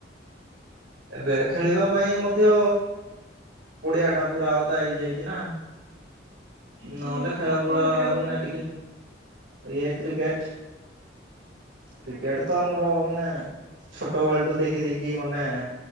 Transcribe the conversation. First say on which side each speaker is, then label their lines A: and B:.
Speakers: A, on the right; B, on the right.
A: ଏବେ ଖେଳିବା ପାଇଁ ମଧ୍ୟ ପଡିଆଟା ପୁରା ଓଦା ହେଇଯାଇଛି ନା
B: ହୁଁ
A: ନହେଲେ ଖେଳା ଫୁଳା
B: କଣ ଖେଳୁଥାନ୍ତି?
A: ମାନେ ଟିକେ ଇ କ୍ରିକେଟ୍। କ୍ରିକେଟ
B: ଆଜ୍ଞା
A: ତ ଆମର ମାନେ ଛୋଟ ବେଳଠୁ ଦେଖି ଦେ କି ମାନେ